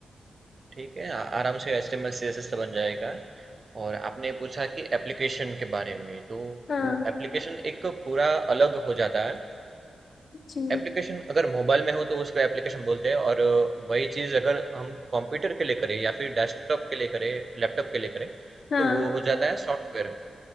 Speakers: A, on the right (about 40°); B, on the left (about 55°).
A: ठीक है आ- आराम से HTML CSS तो बन जाएगा और आपने पूछा कि एप्लीकेशन के बारे में तो
B: हाँ
A: एप्लीकेशन एक पूरा अलग हो जाता है
B: जी
A: एप्लीकेशन अगर मोबाइल में हो तो उसको एप्लीकेशन बोलते हैं और अ, वही चीज़ अगर हम कंप्यूटर के लिए करें या फिर डेस्कटॉप के लिए करें लैपटॉप के लिए करें
B: हाँ
A: तो वो हो जाता है सॉफ्टवेयर